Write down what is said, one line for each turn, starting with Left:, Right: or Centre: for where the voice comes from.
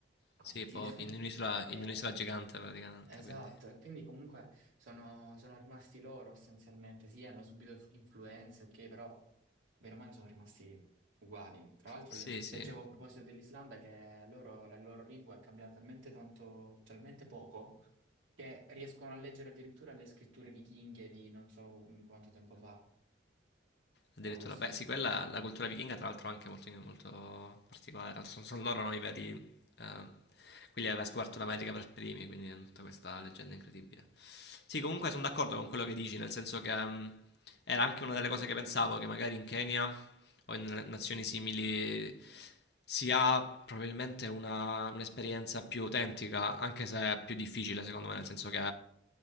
Right: tanti.
Left: Sì, pochi,
Right: <laughs>
Left: in un'isola,
Right: E-
Left: in un'isola gigante praticamente,
Right: esatto,
Left: quindi...
Right: e quindi comunque sono, sono rimasti loro essenzialmente. Sì, hanno subito inf- influenze, ok, però bene o male sono rimasti uguali. Tra l'altro
Left: Sì,
Right: le-
Left: sì.
Right: leggevo a proposito dell'Islanda che loro, la loro lingua è cambiata talmente tanto, talmente poco che riescono a leggere addirittura le scritture vichinghe di non so quanto tempo fa,
Left: Addirittura,
Right: una roba assurda.
Left: beh, sì, quella la cultura vichinga, tra l'altro, è anche molto, molto particolare. Tra l'altro Sono, sono loro no, i veri. eh, quelli aveva scoperto l'America per primi, quindi hanno tutta questa leggenda incredibile. Sì, comunque sono d'accordo con quello che dici, nel senso che mm, era anche una delle cose che pensavo, che magari in Kenya o in nazioni simili si ha probabilmente una- un'esperienza più autentica, anche se è più difficile, secondo me, nel senso che